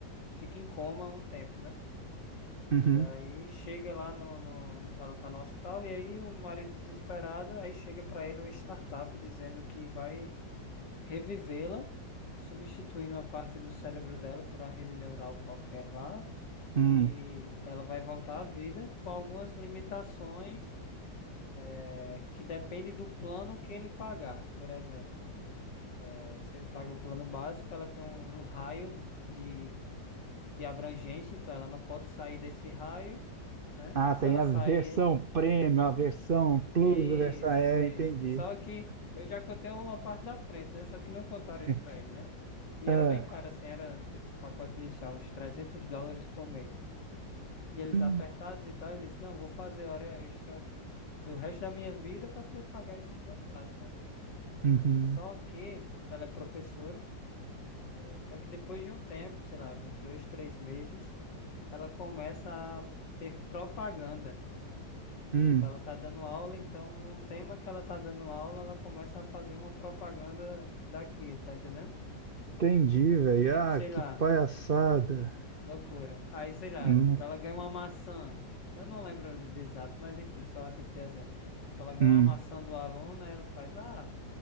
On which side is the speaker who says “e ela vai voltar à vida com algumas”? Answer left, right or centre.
Left